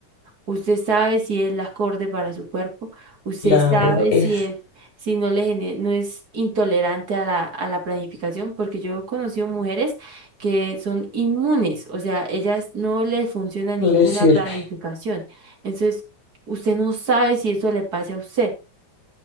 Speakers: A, on the right; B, on the left.
A: Usted sabe si es la acorde para su cuerpo. Usted
B: Claro,
A: sabe
B: es,
A: si es, si no le gene- no es intolerante a la, a la planificación, porque yo he conocido mujeres que son inmunes, o sea, ellas no les funciona ninguna
B: no le sirve.
A: planificación. Entonces, usted no sabe si eso le pase a usted.